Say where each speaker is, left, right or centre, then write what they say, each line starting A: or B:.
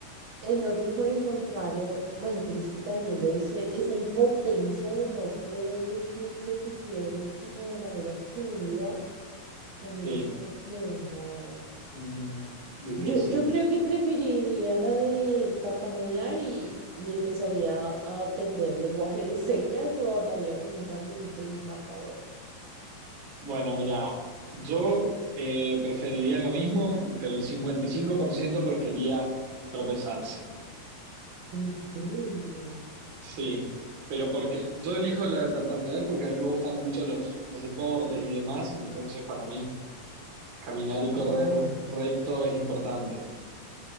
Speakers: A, on the right; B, on the right.
A: El otro, por el contrario, bueno, pero es que también debe ser esa impotencia de no poder decir lo que quieres como de manera fluida, también
B: Sí,
A: es complejo.
B: mm, difícil.
A: Yo, yo creo que preferiría la de tartamudear y, y empezaría a aprender lenguaje de señas o andaría con un tablerito y un marcador.
B: Bueno, mira, yo eh, preferiría lo mismo, y- pero el 55% prefería tropezarse.
A: En serio,
B: Sí, pero porque yo elijo la de tartamudear porque a mí me gustan mucho los, los deportes y demás, entonces para mí caminar y correr
A: claro.
B: recto es importante.